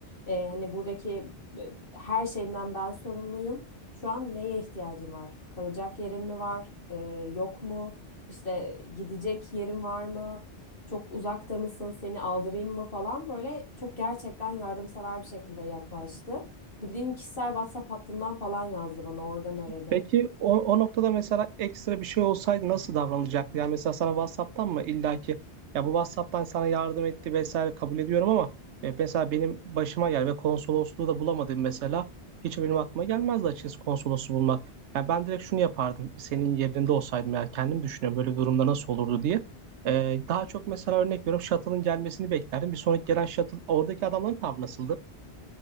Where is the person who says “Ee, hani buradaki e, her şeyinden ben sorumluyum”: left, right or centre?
Left